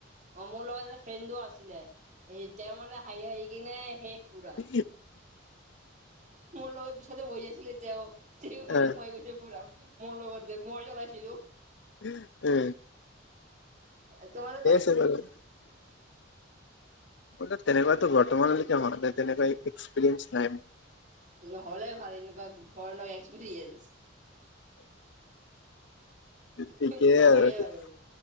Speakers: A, on the right; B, on the left.
A: অ মোৰ লগত এটা ফ্ৰেণ্ডো আছিলে। তেওঁ মানে হাঁহি হাঁহি কিনে শেষ- পুৰা।
B: উ
A: মোৰ লগত পিছতে বহি আছিলে। এতিয়া তে মানে
B: এ
A: হৈ গৈছে পুৰা- মোৰ লগত যে মই জ্বলাইছিলো।
B: উম এ
A: এই তোমাৰ
B: <unintelligible> ব তেনেকুৱাতো বৰ্তমানলৈকে ম তেনেকুৱা এক্সপিৰিয়েঞ্চ নাই।
A: নহ'লে ভাল এনেকুৱা গোফৰলয় এক্সপেৰিয়েঞ্চ
B: ঠিকেই
A: কিন্তু নালাগে
B: আৰু কি
A: বাৰু